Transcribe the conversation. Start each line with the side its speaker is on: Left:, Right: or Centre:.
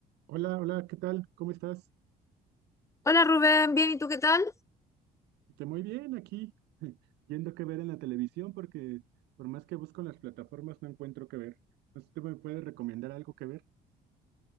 Right: Hola, hola, ¿qué tal? ¿Cómo estás?
Left: Hola Rubén, bien, ¿y tú qué tal?
Right: Te muy bien aquí, <laughs> viendo qué ver en la televisión, porque por más que busco en las plataformas no encuentro qué ver. No sé si tú me puedes recomendar algo que ver.